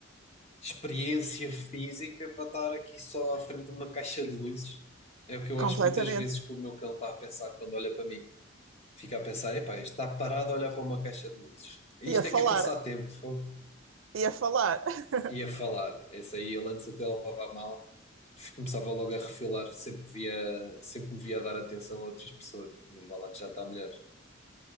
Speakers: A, on the left; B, on the right.
A: experiência física para estar aqui só à frente de uma caixa de luzes. É o que eu
B: completamente.
A: acho muitas vezes que o meu cão está a pensar quando olha para mim. Fica a pensar, epá, isto está parado a olhar para uma caixa de luzes. Isto
B: E a
A: é que
B: falar,
A: é passar tempo, fogo.
B: e a falar. <laughs>
A: E a falar. Esse aí ele antes até levava a mal. Começava logo a refilar sempre que via, sempre que me via a dar atenção a outras pessoas. Mas vá lá que já está melhor.